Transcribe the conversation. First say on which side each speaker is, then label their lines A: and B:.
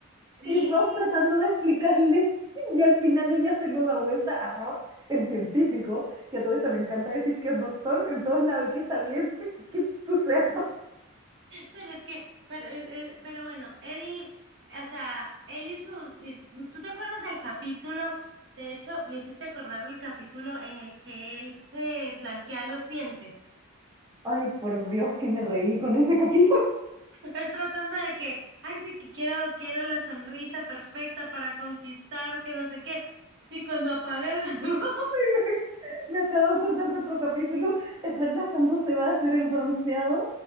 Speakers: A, on the right; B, on the right.
A: Sí,
B: y Ross tratando de explicarle <laughs> y al final ella se lo da vuelta a Ross, el científico, que a todo esto le encanta decir que es doctor en todos lados y que está bien, <laughs> que tú seas doctor.
A: pero es que, pero, es- es- pero bueno, él, o sea, él y sus, y s- ¿tú te acuerdas del capítulo? De hecho, me hiciste acordar del capítulo en el que él se blanquea los dientes.
B: Ay, por Dios, que me reí con ese capítulo.
A: Él tratando de que, ay, sí, que quiero, quiero la sonrisa perfecta para conquistar, que no sé qué. Y cuando apaga la <laughs> luz,
B: <laughs> me acabo de acordar de otro capítulo. ¿Te acuerdas cuando se va a hacer el bronceado